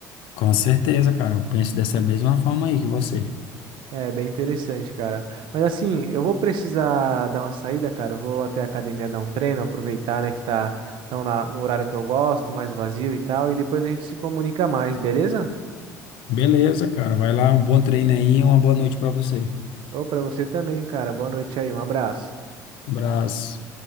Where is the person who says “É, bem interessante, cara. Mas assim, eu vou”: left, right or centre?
Right